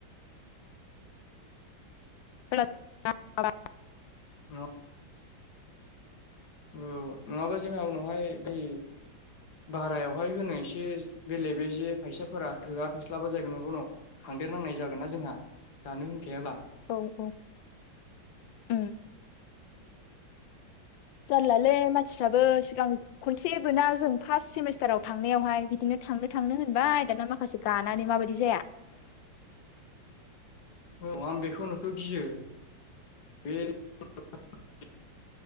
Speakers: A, on the left; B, on the left.
A: <unintelligible>
B: <unintelligible> औ नङाबा जोंहा उनावहाय दै भारायावहाय होनो एसे बेले बे जे फैसाफोरा थोआ थोस्लाबा जायैगोन नङाबा उनाव लांदेरनांनाय जागोनना जोंहा दानो होनखायाबा।
A: औ औ ओम जारलालै मानसिफ्राबो सिगां खनसेबोना जों फार्स्ट सेमिस्टाराव थांनायावहाय बिदिनो थांनो थांनो होनबाय दाना माखासे गानानै माबायदि जाया?
B: <inaudible> औ आं बेखौनोथ गियो बे <inaudible>